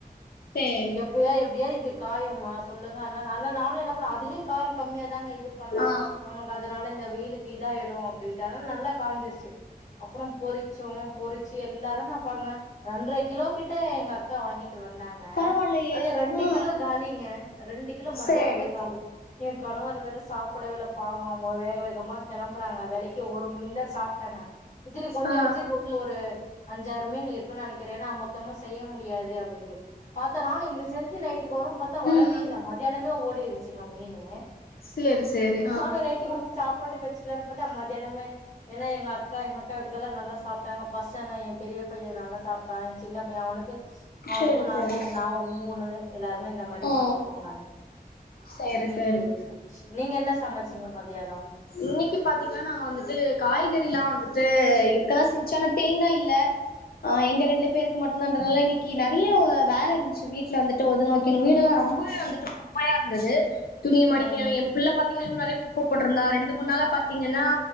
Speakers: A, on the left (about 70°); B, on the left (about 50°).
A: சேரி
B: எப்பயா எப்டியாது இப்டி காயுமா சொல்லுங்க ஆனா அதனால நானு என்ன பண்ணே அதுலயு காரோ கம்மியா தாங்க இது பண்ண
A: ஆ
B: நம்மளுக்கு அதனால இந்த வெயிலுக்கு இதா இடு அப்படிட்டு நல்லா காஞ்சிருச்சு அப்றோ பொறிச்சோ பொறிச்சு எல்லாரும் நா பாருங்க ரெண்ர கிலோ கிட்ட எங்க அக்கா வாங்கிட்டு வந்தா க
A: பரவாயில்லையே
B: அத்ல ரெண்டு
A: ஆ
B: கிலோ காலிங்க ரெண்டு கிலோ மதியானமே
A: சேரி
B: காலி எ கணவர் வேற சாப்புடவேஇல்ல பாவோ அவங்க வேக வேகமா கிளம்புறாங்களா வேலைக்கு ஒரு மீன்தா சாப்ட்டாங்க இத்திரு கொஞ்ச
A: ஆ
B: வச்சிருக்க உள்ள ஒரு அஞ்சாரு மீன் இருக்குன் நெனக்கிற ஏனா மொத்தமு செய்யவு முடியாது அப்டின்ட்டு பாத்தா நானு இது செஞ்சு நைட்டு ஓரும் பாத்தா வரவே
A: ம் ம்
B: இல்ல மத்தியானமே ஓடிருச்சிங்க மீனு
A: சேரி சேரி
B: ஆ நா நைட்டுக்கு வந்து சாப்பாட்டுக்கு வச்சு பத்தா மதியானம ஏன்னா எங்க அக்கா எங்க அக்கா வீட்டுக்கால்லா நல்லா சாப்ட்டாங்க பசங்க எ பெரிய பைய நல்லா சாப்ட் சின்ன பையன் அவனுக்கு அவனுக்கு
A: சேரி
B: நானு
A: சேரி
B: நா ஒரு மூணு எல்லாருமே இந்த மாரி
A: ஓ
B: சாப்ட்டோங்க
A: சேரி
B: பினி்ஷ்
A: சேரி
B: நீங்க என்ன சமச்சீங்க மத்தியானோ
A: இன்னக்கு பாத்தீங்கன்னா நாங்க வந்துட்டு காய்கறில்லா வந்துட் டு இருக்கதா செஞ்சு ஆனா தேங்கா இல்ல ஆ எங்க ரெண்டு பேருக்கு மட்டும்தான்ன்றதுனால இன்னக்கு நிறைய வேல இருந்துச்சு வீட்ல வந்துட்டு ஒதுங்க வீடு எல்லா ரொம்பவே வந்துட்டு குப்பயா இருந்துது துணிய மடிக்க
B: ம்
A: என் புள்ள பாத்தீங்கனா இன்னு நறைய குப்ப போட்ருந்தா ரெண்டு மூண் நாள பாத்தீங்கனா